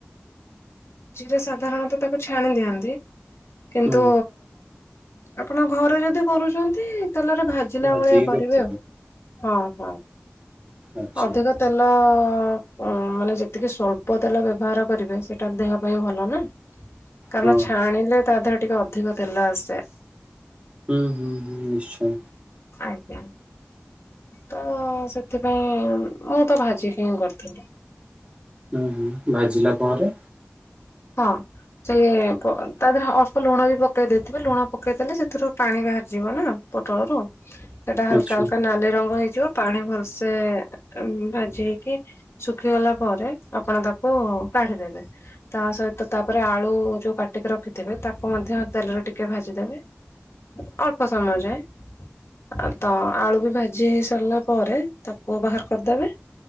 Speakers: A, on the left; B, on the right.
A: ସେଇଟା ସାଧାରଣତଃ ତାକୁ ଛାଣି ଦିଅନ୍ତି କିନ୍ତୁ
B: ହୁଁ
A: ଆପଣ ଘରେ ଯଦି କରୁଚନ୍ତି ତେଲରେ ଭାଜିଲା
B: ଭାଜିକି
A: ଭଳିଆ କରିବେ
B: କରିଥିଲେ
A: ଆଉ ହଁ। ହଁ।
B: ଆଚ୍ଛା
A: ଅଧିକ ତେଲ ଅ ତ ମାନେ ଯେତିକି ସ୍ୱଳ୍ପ ତେଲ ବ୍ୟବହାର କରିବେ ସେଟା ଦେହ ପାଇଁ ଭଲ ନା। କାରଣ
B: ହଁ।
A: ଛାଣିଲେ ତା ଦେହରେ ଟିକେ ଅଧିକ ତେଲ ଆସଯାଏ।
B: ହୁଁ ହୁଁ ହୁଁ ନିଶ୍ଚୟେଁ।
A: ଆଜ୍ଞା। ତ ସେଥିପାଇଁ ମୁଁ ତ ଭାଜିକି ହିଁ କରିଥିନି।
B: ଉ ହୁଁ ଭାଜିଲା ପରେ?
A: ହଁ। ସେ ତା ପ ଦେହରେ ଅଳ୍ପ ଲୁଣ ବି ପକେଇ ଦେଇଥିବେ ଲୁଣ ପକେଇଦେଲେ ସେଥିରୁ ପାଣି ବାହାରିଯିବ ନା। ପୋଟଳର ସେଟା ହାଲକା
B: ଆଚ୍ଛା
A: ହାଲକା ନାଲି ରଙ୍ଗ ହେଇ ହେଇଯିବ ପାଣି ଭଲସେ ଉମ୍ ଭାଜି ହେଇକି ଶୁଖିଗଲା ପରେ ଆପଣ ତାକୁ ଉ କାଢିଦେବେ। ତା ସହିତ ତାପରେ ଆଳୁ ଯୋଉ କାଟିକି ରଖିଥିବେ ତାକୁ ମଧ୍ୟ ତେଲରେ ଟିକେ ଭାଜିଦେବେ। ଅଳ୍ପ ସମୟ ଯାଏ ତ ଆଳୁ ବି ଭାଜି ହେଇସା ଚାଲିଲା ପରେ ତାକୁ ବାହାର କରିଦବେ